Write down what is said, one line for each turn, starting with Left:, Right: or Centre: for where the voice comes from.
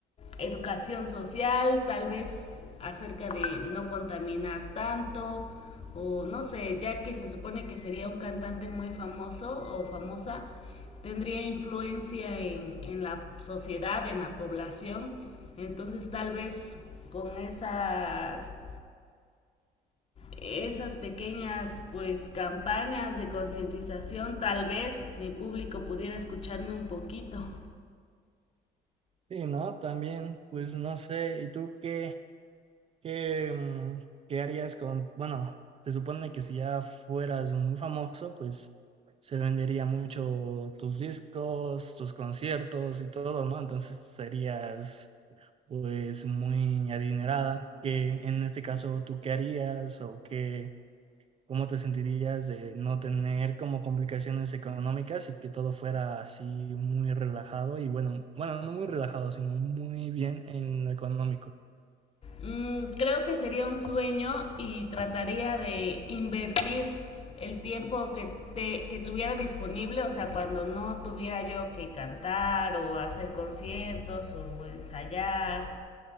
Left: educación social, tal vez acerca de no contaminar tanto, o no sé, ya que se supone que sería un cantante muy famoso o famosa, tendría influencia en, en la sociedad, en la población, entonces tal vez con esas esas pequeñas pues campañas de concientización tal vez mi público pudiera escucharme un poquito.
Right: Sí, no, también, pues no sé, ¿y tú qué? ¿Qué, mm, qué harías con, bueno, se supone que si ya fueras muy famoso, pues se vendería mucho tus discos, tus conciertos y todo, ¿no? Entonces serías pues muy adinerada. qué en este caso, ¿tú qué harías o qué, cómo te sentirías de no tener como complicaciones económicas y que todo fuera así muy relajado y bueno, bueno, no muy relajado, sino muy bien en lo económico?
Left: Mm, creo que sería un sueño y trataría de invertir el tiempo que, te, que tuviera disponible, o sea, cuando no tuviera yo que cantar o hacer conciertos o ensayar